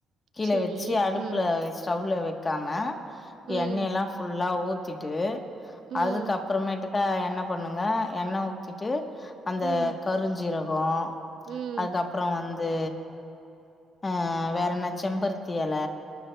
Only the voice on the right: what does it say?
சரி.
ம்.
ம்.
ம்.
ம்.
ம்.